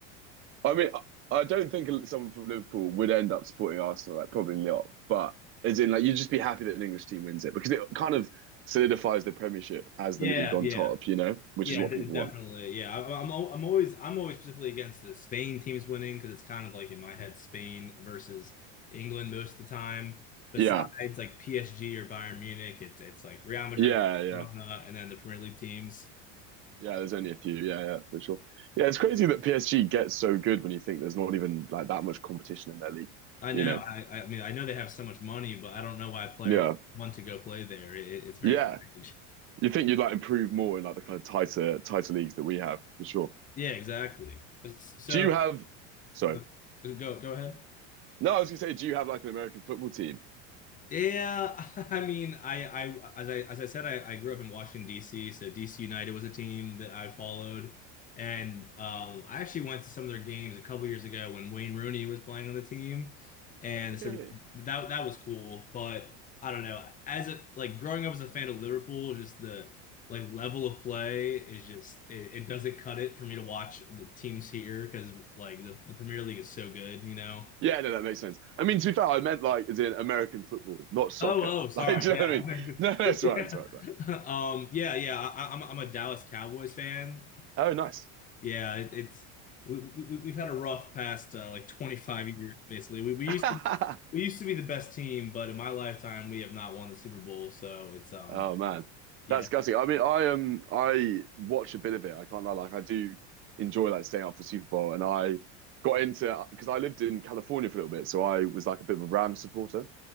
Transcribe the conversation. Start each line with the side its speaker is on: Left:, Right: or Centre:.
Right: I mean, I don't think someone from Liverpool would end up supporting Arsenal. Like probably not, but as in like you'd just be happy that an English team wins it because it kind of solidifies the Premiership as
Left: yeah,
Right: the league on
Left: yeah.
Right: top. You know, which
Left: Yeah,
Right: is what
Left: de-
Right: people
Left: definitely.
Right: want.
Left: Yeah, I- I'm al- I'm always I'm always specifically against the Spain teams winning because it's kind of like in my head Spain versus England most of the time. Besides
Right: Yeah,
Left: like PSG or Bayern Munich, it's it's like Real Madrid,
Right: yeah, yeah,
Left: Barcelona, and then the Premier League teams.
Right: yeah. There's only a few. Yeah, yeah, for sure. Yeah, it's crazy that PSG gets so good when you think there's not even like that much competition in their league.
Left: I know.
Right: You know.
Left: I I mean I know they have so much money, but I don't know why players
Right: Yeah.
Left: want to go play there. It, it's very
Right: Yeah.
Left: strange.
Right: You think you'd like improve more in like the kind of tighter tighter leagues that we have for sure.
Left: Yeah, exactly. So
Right: Do you have sorry.
Left: so, uh, go go ahead.
Right: No, I was gonna say, do you have like an American football team?
Left: Yeah, <laughs> I mean, I, I, as I, as I said, I, I grew up in Washington, D.C., so D.C. United was a team that I followed, and um, I actually went to some of their games a couple years ago when Wayne Rooney was playing on the team, and
Right: Oh, really?
Left: so that that was cool. But I don't know, as a like growing up as a fan of Liverpool, just the like level of play is just it, it doesn't cut it for me to watch the teams here because like the, the Premier League is so good, you know.
Right: Yeah, no, that makes sense. I mean, to be fair, I meant like as in American football, not soccer.
Left: Oh,
Right: <laughs>
Left: oh, sorry.
Right: Like, do you
Left: Yeah.
Right: know what I mean? No,
Left: <laughs>
Right: no, that's right,
Left: yeah.
Right: that's right, that's
Left: Um, yeah, yeah. I, I'm I'm a Dallas Cowboys fan.
Right: right. Oh, nice.
Left: Yeah, it, it's we, we we've had a rough past uh, like 25 years basically. We we
Right: <laughs>
Left: used to we used to be the best team, but in my lifetime we have not won the Super Bowl, so it's um
Right: Oh man,
Left: yeah.
Right: that's gutting. I mean, I um, I watch a bit of it. I can't lie, like I do enjoy like staying up for Super Bowl, and I got into because I lived in California for a little bit, so I was like a bit of a Rams supporter.